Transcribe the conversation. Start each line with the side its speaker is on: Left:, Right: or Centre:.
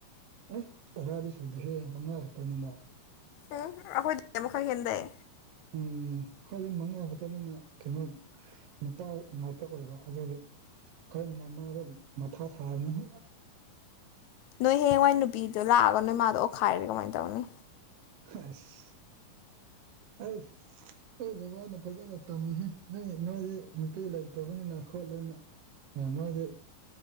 Right: ꯑꯦ ꯇꯔꯥꯗꯤ ꯁꯨꯗꯦꯍꯦ ꯃꯉꯥ ꯈꯛꯇꯅꯤꯅ
Left: ꯎꯝ ꯑꯩꯈꯣꯏꯗꯒꯤ ꯑꯃꯨꯛ ꯈꯔ ꯍꯦꯟꯗꯩ
Right: ꯎꯝ ꯑꯩꯈꯣꯢꯗꯤ ꯃꯉꯥꯈꯛꯇꯅꯤꯅ ꯀꯩꯅꯣ ꯅꯨꯄꯥ ꯃ ꯇ ꯑꯣꯏꯕ ꯑꯗꯨꯒꯤ ꯈꯣꯏ ꯃꯃꯥꯗꯣ ꯃꯊꯥ ꯁꯥꯕꯅꯦꯍꯦ
Left: ꯅꯣꯏ ꯍꯌꯦꯡꯋꯥꯏ ꯅꯨꯄꯤꯗꯣ ꯂꯥꯛꯑꯒ ꯅꯣꯏ ꯃꯥꯗꯣ ꯑꯣꯈꯥꯏꯔꯗꯤ ꯀꯃꯥꯏꯅ ꯇꯧꯅꯤ
Right: ꯍꯁ ꯑꯩ ꯑꯩꯈꯣꯏ ꯕꯕꯥꯅ ꯐꯖꯅ ꯇꯝꯃꯤꯍꯦ ꯅꯣꯏ ꯅꯣꯏꯗꯤ ꯅꯨꯄꯤ ꯂꯩꯇꯕꯅꯤꯅ ꯈꯣꯠꯂꯅ ꯅꯣꯏꯗꯤ